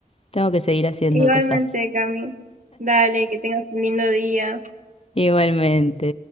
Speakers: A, on the left; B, on the right.
A: Tengo que seguir haciendo
B: Igualmente,
A: cosas.
B: Cami. Dale, que tengas un lindo día.
A: Igualmente.